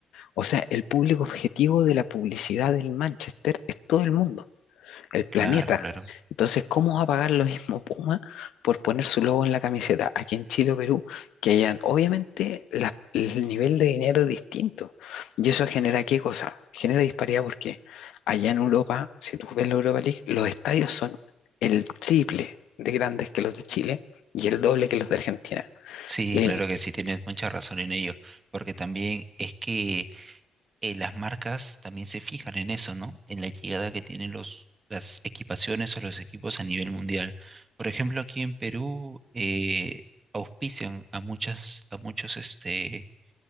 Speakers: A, on the left (about 80°); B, on the right (about 30°).
A: O sea, el público objetivo de la publicidad del Manchester es todo el mundo. el planeta.
B: Claro, claro.
A: Entonces, ¿cómo va a pagar lo mismo Puma por poner su logo en la camiseta aquí en Chile o Perú que allá? Obviamente, la- el nivel de dinero es distinto. ¿Y eso genera qué cosa? Genera disparidad porque allá en Europa, si tú ves la Europa League, los estadios son el triple de grandes que los de Chile y el doble que los de Argentina.
B: Sí,
A: Eh,
B: claro que sí, tienes mucha razón en ello, porque también es que eh, las marcas también se fijan en eso, ¿no? En la llegada que tienen los, las equipaciones o los equipos a nivel mundial. Por ejemplo, aquí en Perú eh, auspician a muchas, a muchos este,